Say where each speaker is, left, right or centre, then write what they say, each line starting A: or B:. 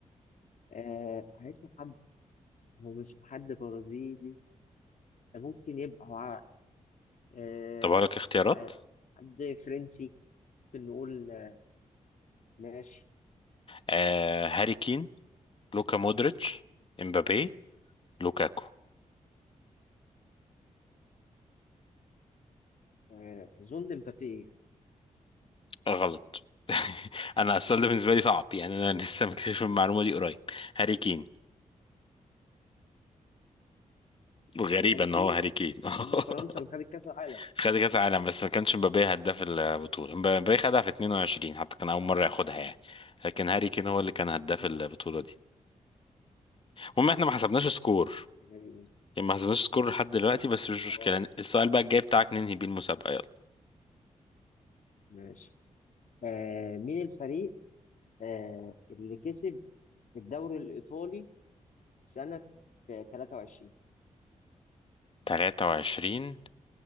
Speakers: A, on the left (about 65°); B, on the left (about 40°).
A: آه، عايز حد هو مش حد برازيلي ممكن يبقى هو عارف. آه،
B: طب اقول لك اختيارات
A: مش عارف حد فرنسي ممكن نقول آه، ماشي
B: آه هاري كين لوكا مودريتش امبابي لوكاكو
A: آه، أظن مبابي إيه؟
B: غلط <laughs> انا السؤال ده بالنسبه لي صعب يعني انا لسه مكتشف المعلومه دي قريب هاري كين غريبة
A: هاري
B: ان
A: كين
B: هو هاري كين <laughs>
A: بس هم فرنسا اللي خدت كأس العالم
B: خد كاس عالم بس ما كانش مبابي هداف البطولة مبابي خدها في 22 حتى كان اول مرة ياخدها يعني لكن هاري كين هو اللي كان هداف
A: مم.
B: البطولة دي المهم احنا ما حسبناش سكور
A: تقريبا
B: يعني ما حسبناش سكور لحد دلوقتي بس مش مشكلة
A: اه
B: يعني السؤال بقى الجاي بتاعك ننهي بيه المسابقة يلا
A: ماشي آه مين الفريق آه اللي كسب الدوري الإيطالي سنة آه، 23
B: 23